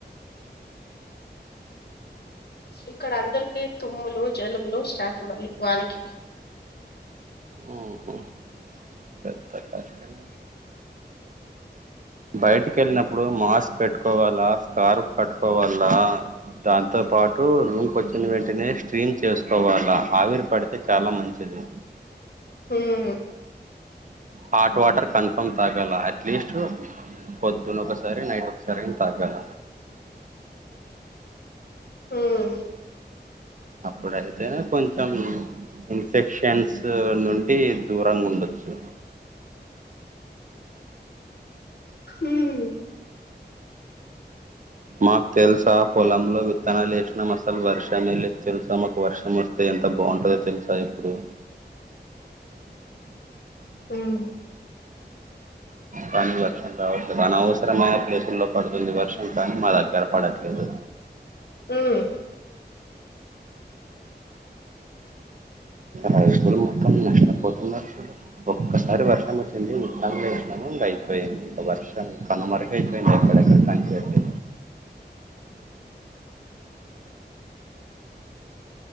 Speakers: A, on the left (about 65°); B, on the right (about 50°).
A: ఇక్కడ అందరికి తుమ్ములు జలుములు స్టార్ట్ మళ్ళీ వానాకి
B: ఉమ్ పెద్ద కష్టమే బయటికి వెళ్ళినప్పుడు మాస్క్ పెట్టుకోవాలా స్కార్ఫ్ కట్టుకోవాల్ల దాంతో పాటు రూమ్ కి వచ్చిన వెంటనే స్ట్రీమ్ చేసుకోవాలా ఆవిరి పడితే చాలా మంచిది
A: ఉమ్
B: హాట్ వాటర్ కన్ఫర్మ్ తగల అట్లెస్ట్ పొద్దున్న ఒకసారి నైట్ ఒకసారి అయిన తాగాల
A: హ్మ్మ్
B: అప్పుడైతేనే కొంచెం ఇన్ఫెక్షన్స్ నుండి దూరంగా ఉండొచ్చు
A: ఉమ్
B: మాకు తెలుసా పొలంలో విత్తనాలు వేసినాం అసలు వర్షమే లేదు తెలుసా మాకు వర్షం వస్తే ఎంత ఎంత బావుంటాదో తెలుసా ఇప్పుడు
A: ఉమ్
B: కానీ వర్షం రావట్లేదు అనవసరమైన ప్లేసుల్లో పడుతుంది వర్షం కానీ మా దగ్గర పడట్లేదు
A: ఉమ్
B: రైతులు మొత్తం నష్టపోతున్నారు చూడ ఒక్కసారి వర్షం వచ్చింది విత్తనాలు వేసినాం ఇంకా అయిపోయింది ఇంగా వర్షం కనుమరుగు అపోయింది